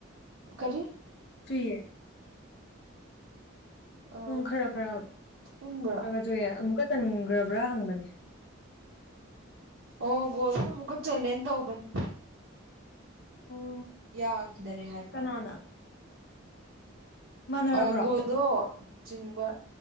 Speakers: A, on the right (about 75°); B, on the left (about 55°).
A: ꯀꯔꯤ
B: ꯆꯨꯏꯌꯦ
A: ꯑꯥ
B: ꯎꯝ ꯈꯔ ꯈꯔ
A: ꯏꯪꯕ꯭ꯔꯣ
B: ꯈꯔ ꯆꯨꯌꯦ ꯑꯃꯨꯛꯀ ꯆꯟꯒ꯭ꯔꯕ꯭ꯔꯥ ꯍꯪꯕꯅꯦ
A: ꯑꯣ ꯒꯣꯜꯁꯨ ꯑꯃꯨꯛꯀ ꯆꯜꯂꯦꯅ ꯇꯧꯕꯅ
B: ꯑꯣ
A: ꯌꯥꯈꯤꯗꯔꯦ ꯍꯥꯏꯕ
B: ꯀꯅꯥꯅ ꯃꯥꯟꯅꯔꯕ꯭ꯔꯣ
A: ꯑꯒꯣꯗꯣ ꯆꯤꯟꯕ